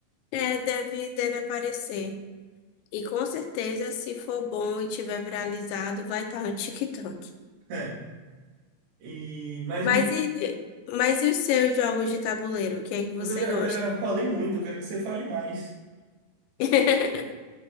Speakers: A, on the left (about 85°); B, on the right (about 75°).
A: É, deve, deve aparecer. E com certeza, se for bom e tiver viralizado, vai estar no TikTok.
B: É. E, mas
A: Mas
B: me
A: e, mas e os seus jogos de tabuleiro? O que é que você
B: Mas eu já,
A: gosta?
B: eu já falei muito, eu quero que você fale mais.
A: <laughs>